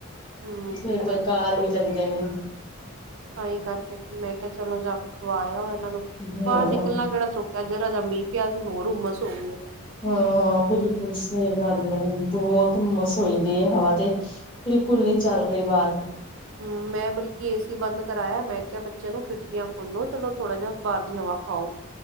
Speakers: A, on the right (about 65°); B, on the left (about 20°).
A: ਹੂੰ
B: ਫਿਰ ਬੇਕਾਰ
A: ਬਸ
B: ਵੀ ਲੱਗਦੇ ਨੇ।
A: ਤਾਂਹੀ ਕਰਕੇ ਮੈਂ ਕਿਹਾ ਚਲੋ ਜਾ ਕੇ ਖਵਾਇਆ ਇਹਨਾਂ ਨੂੰ
B: ਹਾਂ।
A: ਬਾਹਰ ਨਿਕਲਣਾ ਕਿਹੜਾ ਸੌਖ ਤੇ ਜਦੋ ਦਾ ਮੀਂਹ ਪਿਆ ਸੀ ਹੋਰ ਹੁਮਸ ਹੋ ਗਈ ਐ
B: ਹਾਂ ਹਾਂ ਬਿਲਕੁਲ ਸਹੀ ਗੱਲ ਬਹੁਤਮਸੋਈ ਦੀ ਹੈ ਹਵਾ ਤੇ ਬਿਲਕੁਲ ਨਹੀਂ ਚੱਲ ਰਹੀ ਬਾਹਰ
A: ਹਮ ਮੈਂ ਬਲਕਿ, ਏ-ਸੀ ਬੰਦ ਕਰਾਇਆ, ਮੈਂ ਕਿਹਾ ਬੱਚਿਆਂ ਨੂੰ ਖਿੜਕੀਆਂ ਖੋਲੋ ਚਲੋ ਥੋੜ੍ਹਾ ਜਿਹਾ ਬਾਹਰ ਦੀ ਹਵਾ ਖਾਓ।